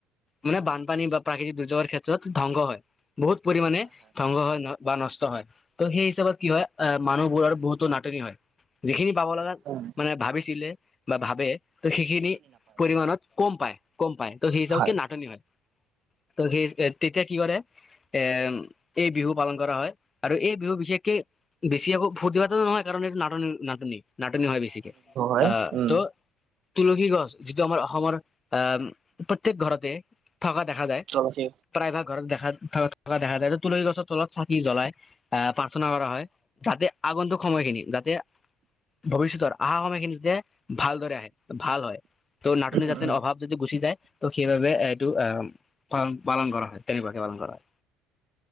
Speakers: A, on the left; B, on the right.
A: মানে বানপানী বা প্ৰাকৃতিক দুৰ্যোগৰ ক্ষেত্ৰত ধ্বংস হয়। বহুত পৰিমাণে ধ্বংস হয় ন। বা নষ্ট হয় ত' সেই হিচাপত কি হয়। এ মানুহবোৰ আৰু বহুতো নাটনি হয়। যিখিনি পাব লগা
B: উম
A: মানে ভাবিছিলে বা ভাবে ত' সেইখিনি পৰিমানত, কম পায়। কম পায় ত সেইহিচাপে
B: হয়
A: নাটনি হয়। ত সেই তেতিয়া কি কৰে এ এই বিহু পালন কৰা হয় আৰু এই বিহু বিশেষকে বেছি আকৌ ফূৰ্তিভাতাটো নহয় কাৰণ এইটো নাটনি-নাটনি। নাটনি হয় বেছিকে।
B: হ
A: আহ
B: উম
A: ত' তুলসী গছ যিটো আমাৰ অসমৰ আহ প্ৰত্্যেক ঘৰতে থকা দেখা যায়
B: তুলসী
A: প্ৰায়ভাগ ঘৰত দেখা থকা দেখা যায় তুলুসী গছৰ তলত চাকি জ্বলাই <unintelligible> আহ প্ৰাৰ্থনা কৰা হয় যাতে আগন্তুক সময়খিনি যাতে ভৱিষ্যতৰ আহা সময়খিনি <unintelligible> যে ভালদৰে আহে ভাল হয় ত' নাটনি
B: উম
A: জাাতন
B: উম
A: অভাৱ যদি গুচি যায় ত সেইবাবে এ টো আহ পালন কৰা হয় তেনেকুৱাকে পালন কৰা হয়